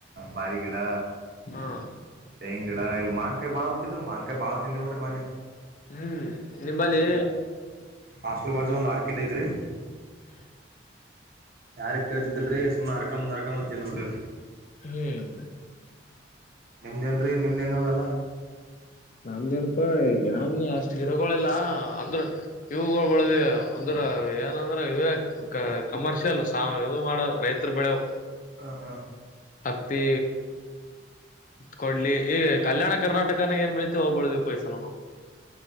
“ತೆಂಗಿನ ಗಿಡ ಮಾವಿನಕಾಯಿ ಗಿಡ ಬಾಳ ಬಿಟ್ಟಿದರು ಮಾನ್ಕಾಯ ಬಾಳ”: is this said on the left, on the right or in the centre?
Right